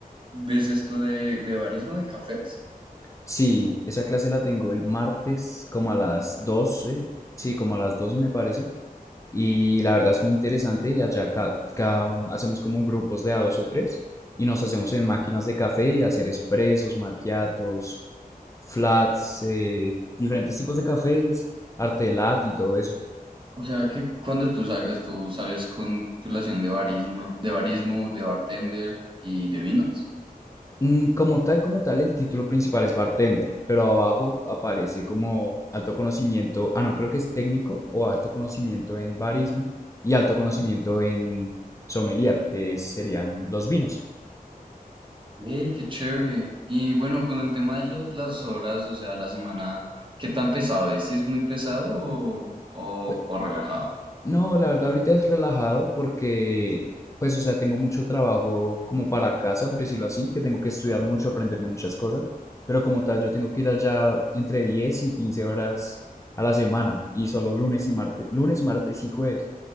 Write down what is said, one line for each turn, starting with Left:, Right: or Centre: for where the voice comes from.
Right: ves esto de, de barismo de cafés?
Left: Sí, esa clase la tengo el martes como a las 12, sí, como a las 12 me parece, y la verdad es muy interesante y allá ca- cada uno hacemos como grupos de a dos o tres y nos hacemos en máquinas de café y hacer expresos, maquiatos, flats, eh, diferentes tipos de cafés, arte latte y todo eso.
Right: O sea que cuando tú salgas, tú sales con titulación de barismo, de barismo, de bartender y de vinos.
Left: Mm, Como tal, como tal, el título principal es bartender, pero abajo aparece como alto conocimiento, ah, no, creo que es técnico o alto conocimiento en barismo y alto conocimiento en sommelier, que es- serían los vinos.
Right: ¡Eh, qué chévere! Y bueno, con el tema de lo- las horas, o sea, la semana, ¿qué tan pesado es? ¿Si es muy pesado o, o,
Left: Pues,
Right: o relajado?
Left: no, la verdad ahorita es relajado porque, pues, o sea, tengo mucho trabajo como para casa, por decirlo así, que tengo que estudiar mucho, aprenderme muchas cosas, pero como tal, yo tengo que ir allá entre 10 y 15 horas a la semana y solo lunes y martes, lunes, martes y jueves.